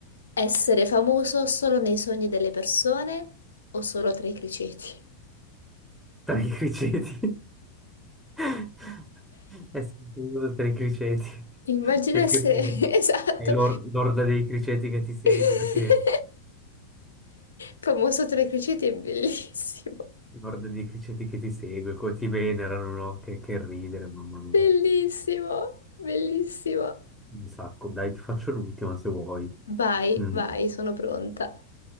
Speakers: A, on the left (about 70°); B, in the centre.
A: essere famoso solo nei sogni delle persone o solo tra i criceti?
B: Tra i criceti. <laughs> È sentito tra i criceti.
A: Immagino
B: Sai
A: essere,
B: che ridere.
A: <laughs> esatto,
B: È l'or- l'orda dei criceti che ti segue,
A: <laughs>
B: che...
A: Famoso sotto le cricete è bellissimo,
B: L'orda dei criceti che ti segue, come ti venerano, no? Che, che ridere, mamma mia.
A: bellissimo, bellissimo.
B: Un sacco, dai, ti faccio l'ultima se vuoi.
A: Vai,
B: Mm.
A: vai, sono pronta.